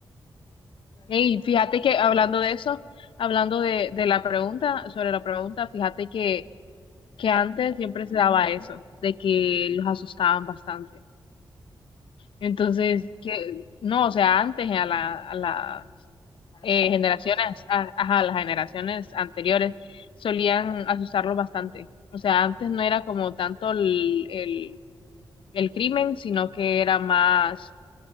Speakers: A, on the left (about 65°); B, on the left (about 85°).
A: Híjole,
B: Y
A: está bien
B: fíjate
A: difícil.
B: que hablando de eso, hablando
A: Ajá.
B: de, de la pregunta, sobre la pregunta, fíjate que, que antes siempre se daba eso, de que los asustaban bastante. Entonces,
A: ¿A quiénes?
B: que, no, o sea, antes a la, a las
A: A la
B: eh,
A: gente
B: generaciones,
A: normal.
B: a, ajá, a las generaciones
A: ¿no?
B: anteriores solían asustarlos bastante. O sea, antes no era como tanto el, el, el crimen, sino que era más